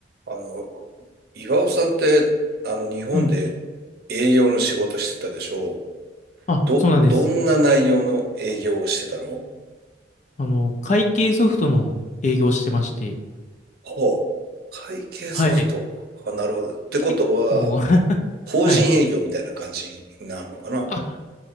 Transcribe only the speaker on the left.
はい。
あ、
そうなんです。
あの、会計ソフトの営業をしてまして、
はい。
結構 <laughs>
はい。あ、